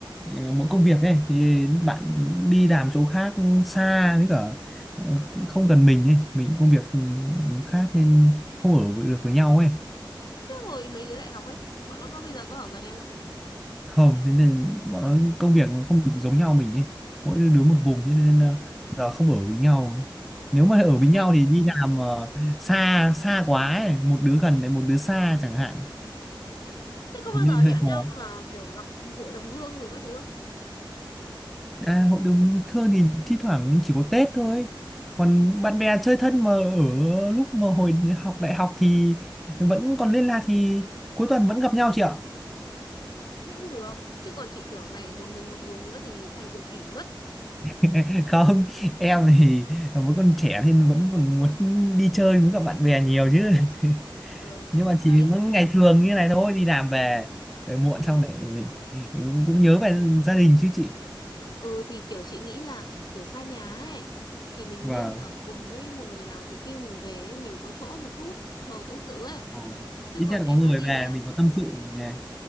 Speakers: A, in the centre; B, on the left (about 55°).
A: ờ, mỗi công việc ấy thì bạn đi làm chỗ khác xa với cả ờ, không gần mình ấy mình công việc ừ, khác nên không ở được với nhau ấy
B: thế hồi mấy đứa đại học ấy bọn nó có bây giờ có ở gần em không
A: không thế nên bọn nó công việc nó không được giống nhau mình ấy mỗi đứa một vùng thế nên ờ, giờ không ở với nhau nếu mà ở
B: giải tán
A: với nhau
B: hết
A: thì đi làm ờ, xa xa quá ấy một đứa gần lại một đứa xa chẳng hạn
B: Ừ. thế có
A: thế nên
B: bao giờ
A: hơi
B: hẹn
A: khó
B: nhau là kiểu gặp hội đồng hương người các thứ không
A: À, hội đồng bình thường thì thi thoảng chỉ có Tết thôi. Còn bạn bè chơi thân mà ở lúc mà hồi học đại học thì vẫn còn liên lạc thì cuối tuần vẫn gặp nhau chị ạ.
B: ừ thế cũng được chứ còn chị tưởng mày một mình một vùng nữa thì thành tự kỷ mất
A: <laughs> Không, em thì vẫn còn trẻ thì vẫn còn muốn đi chơi với các bạn bè nhiều chứ.
B: ừ
A: <laughs> Nhưng mà
B: đấy
A: chỉ mỗi ngày thường như này thôi, đi làm về về muộn xong lại cũng nhớ về gia đình chứ chị.
B: Ừ thì kiểu chị nghĩ là kiểu xa nhà ấy thì mình
A: Vâng.
B: nên ở cùng với một người nào thì khi mình về ấy, mình có chỗ mà chút bầu tâm sự ấy
A: Ờ.
B: chứ
A: Ít
B: còn
A: nhất
B: em
A: là có người
B: đã đi
A: về
B: làm
A: mình có tâm sự nghe.